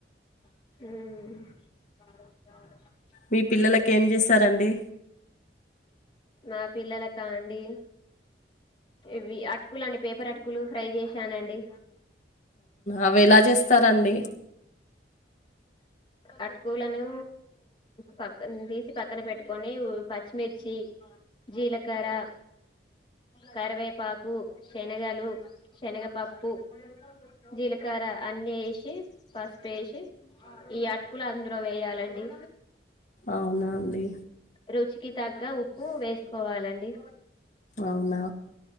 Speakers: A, on the left; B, on the left.
A: మ్మ్
B: మీ పిల్లలకి ఏం చేసారండి
A: మా పిల్లలకా అండి ఇవి అటుకులు అండి పేపర్ అటుకులు ఫ్రై చేశానండి
B: అవి ఎలా చేస్తారండి
A: అటుకులను పక్కన్ తీసి పక్కన పెట్టుకొని పచ్చిమిర్చి జీలకర్ర కరివేపాకు శనగలు శనగపప్పు జీలకర్ర అన్నీ ఏసి పసుపేశి ఈ అటుకులు అందులో వేయాలండి
B: అవునా అండి
A: రుచికి తగ్గ ఉప్పు వేసుకోవాలండి
B: అవునా